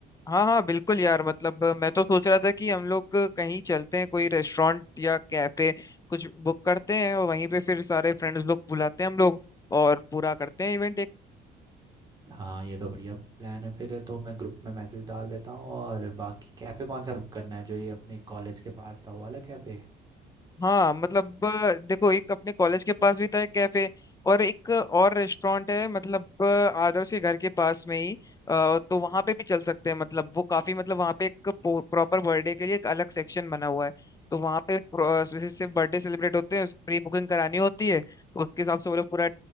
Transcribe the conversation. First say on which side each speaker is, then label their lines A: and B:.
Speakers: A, on the left (about 20°); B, on the right (about 25°).
A: हाँ हाँ बिल्कुल यार मतलब मैं तो सोच रहा था कि हम लोग कहीं चलते हैं कोई रेस्टोरेंट या कैफे कुछ बुक करते हैं और वहीं पे फिर सारे फ्रेंड्स लोग बुलाते हैं हम लोग और पूरा करते हैं इवेंट
B: हाँ ये तो बढ़िया प्लान है फिर तो मैं ग्रुप में मैसेज डाल देता हूँ और बाकी कैफ़े कौन सा बुक करना है जो ये अपने कॉलेज के पास था वो वाला कैफ़े
A: हाँ मतलब अ, देखो एक अपने कॉलेज के पास भी था एक कैफे और एक और रेस्टोरेंट है मतलब अ, आदर्श के घर के पास में ही अ, तो वहां पे भी चल सकते हैं मतलब वो काफी मतलब वहां पे एक प्रॉपर बर्थडे के लिए एक अलग सेक्शन बना हुआ है तो वहां पे pro- सिर्फ सिर्फ बर्थडे सेलिब्रेट होते हैं प्री बुकिंग करानी होती है तो उसके हिसाब से वो लोग पूरा